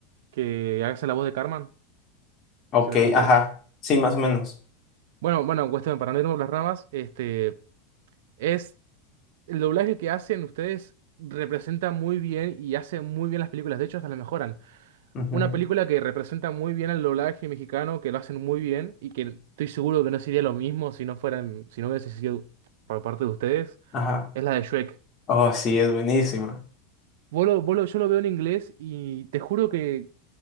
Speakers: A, on the right; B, on the left.
A: que hace la voz de Carmen.
B: Ok,
A: No sé si la conoces.
B: ajá. Sí, más o menos.
A: Bueno, bueno, cuestión, para no irnos por las ramas, este... Es El doblaje que hacen ustedes representa muy bien y hace muy bien las películas. De hecho, hasta las mejoran.
B: Ujú,
A: Una película que representa muy bien el doblaje mexicano, que lo hacen muy bien y que estoy seguro que no sería lo mismo si no fueran, si no hubiese sido por parte de ustedes,
B: Ajá.
A: es la de Shrek.
B: Oh, sí,
A: Es-
B: es buenísima.
A: vos lo- vos lo- yo lo veo en inglés y te juro que